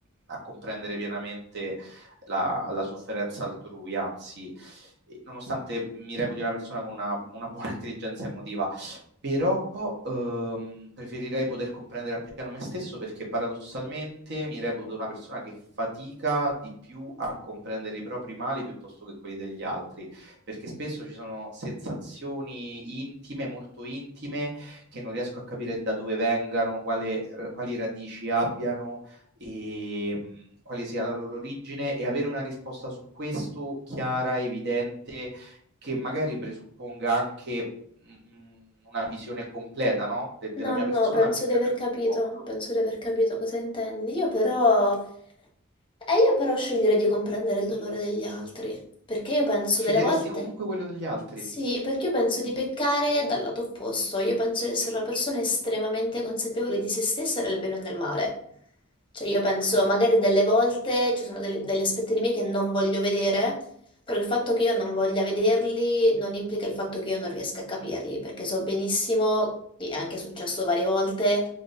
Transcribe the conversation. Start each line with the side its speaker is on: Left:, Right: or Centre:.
Right: a comprendere pienamente la, la sofferenza altrui, anzi, eh, nonostante mi reputi una persona con una, una buona <laughs> intelligenza emotiva, però ehm, preferirei poter comprendere al piano me stesso perché paradossalmente mi reputo una persona che fatica di più a comprendere i propri mali piuttosto che quelli degli altri, perché spesso ci sono sensazioni intime, molto intime, che non riesco a capire da dove vengano, quale- quali radici abbiano e mh, quale sia la loro origine e avere una risposta su questo chiara, evidente che magari presupponga anche mh, una visione completa, no? De- della
Left: No,
Right: mia
Left: no,
Right: persona
Left: penso
Right: mi sarebbe
Left: di aver
Right: più
Left: capito,
Right: comodo.
Left: penso di aver capito cosa intendi. Io però, e io però sceglierei di comprendere il dolore degli altri, perché io penso
Right: Sceglieresti
Left: delle volte...
Right: comunque quello degli altri?
Left: Sì, perché io penso di peccare dal lato opposto, io penso di essere una persona estremamente consapevole di se stessa nel bene o nel male. Cioè io penso
Right: Ok,
Left: magari delle volte ci sono delle- degli aspetti di me che non voglio vedere, però il fatto che io non voglia vederli non implica il fatto che io non riesca a capirli, perché so benissimo, e è anche successo varie volte,